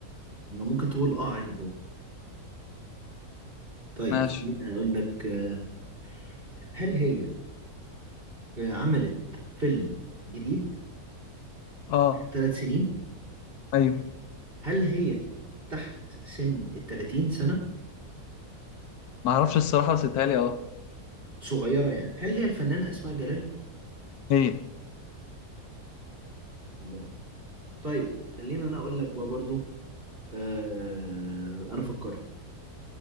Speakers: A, on the right (about 35°); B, on the left (about 80°).
A: ما ممكن تقول اه عادي جوه طيب
B: ماشي
A: خليني اقول لك آه، هل هي آه، عملت فيلم جديد
B: اه
A: ثلاث سنين
B: ايوه
A: هل هي تحت سن ال 30 سنة
B: ما اعرفش الصراحه بس اتهيألي اه
A: صغيرة يعني هل هي الفنانة أسماء جلال؟
B: هي
A: الله طيب خلينا أنا أقول لك بقى برضو آه أنا فكرت